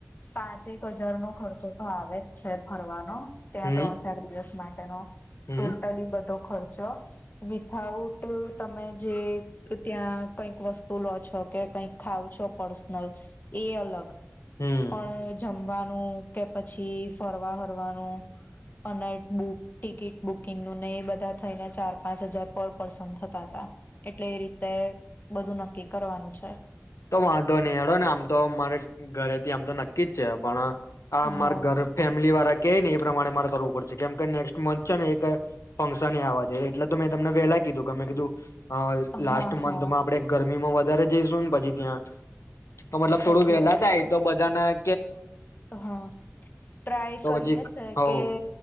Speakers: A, on the left; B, on the left.
A: પાંચ એક હજાર નો ખર્ચો તો આવે જ છે ભરવાનો. ત્યાં
B: હમ
A: ત્રણ ચાર દિવસ માટે તનો
B: હમ
A: ટોટલી બધો ખર્ચો વિથાઉટ તમે જે ત્યાં કઈક વસ્તુ લો છો કે કઈક ખાવ છો પર્સનલ એ અલગ
B: હમ
A: પણ જમ વાનું કે પછી ફરવા ફરવાનું અને બુક ટિકિટ બુકિંગનું ને એ બધા થઈને ચાર પાંચ હજાર પર પર્સન થતા હતા એટલે એ રીતે બધું નક્કી કરવાનું છે.
B: તો વાંધો નહી હળો ને આમ તો મારે ઘરે થી આમ તો નક્કી જ છે પણ આ
A: હા
B: મારા ઘર ફેમિલી વાળા કે ને એ પ્રમાણે મારે કરવું પડશે કેમ કે નેક્સ્ટ મંથ છે ને એક ફંક્શન આવવા છે એટલે તો મેં તમને વેલા કીધું કે મેં કીધું હા લાસ્ટ
A: હા
B: મંથમાં
A: હા
B: આપડે ગરમીમાં વધારે જઈશું ને પછી અ ત્યા તો મતલબ
A: સાચી
B: થોડું વેલા
A: વાત
B: થાય
A: છે
B: તો બધાના
A: હા ટ્રાય
B: તો
A: કરીએ
B: પછી
A: છે
B: હવ
A: કે